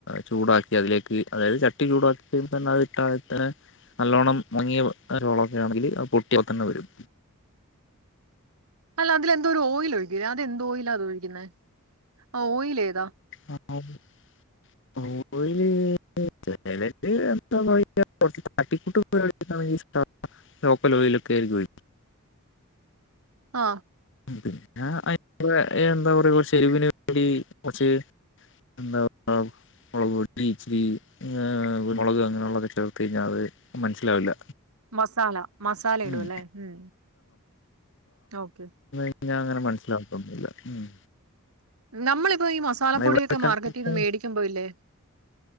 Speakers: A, on the left; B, on the right.
A: ചൂടാക്കി അതിലേക്ക് അതായത് ചട്ടി ചൂടാക്കി തന്നെ അത് ഇട്ട തന്നെ നല്ലോണ്ണം മുങ്ങിയ റോളൊക്കെ ആണെങ്കില് അത് പൊട്ടിയ തന്നെ വരും.
B: അല്ല അതിലെന്തോ ഒരു ഓയില് ഒഴിക്കൂലെ അതെന്ത്‌ ഓയിലാ ഉപയോഗിക്കുന്നെ ആ ഓയിൽ ഏതാ
A: ആ അത് ശെരി ഓയില് ആ ചെല കാര്യത്തിന് <unintelligible> അടിക്കുന്നത് കളിയാകുന്നതും ഇഷ്ടല്ല. ലോക്കൽ ഓയിലൊക്ക അതിലൊഴിക്കും.
B: ആ
A: പിന്നെ അ എന്താ പറയാ കൊറച്ച് എരിവിന് വേണ്ടി കൊറച്ച് എന്താ <unintelligible> മുളക് പൊടി ഇച്ചിരി കുരുമുളക് അങ്ങനെയുള്ളത് ചേർത്ത് കഴിഞ്ഞാ അത് മനസ്സിലാവില്ല.
B: മസാല മസാല
A: ഉം.
B: ഇടും ല്ലേ മ് ഓക്കെ.
A: പിന്നെ അങ്ങനെ മനസ്സിലാകത്തൊന്നുല്ല മ്
B: നമ്മളിപ്പോ ഈ മസാല പൊടിയൊക്കെ
A: ഇവിടെ വെക്കാണെങ്കി
B: മാർക്കറ്റിന്ന്
A: ഇപ്പൊ
B: വേടി- എന്തോ ഇല്ലേ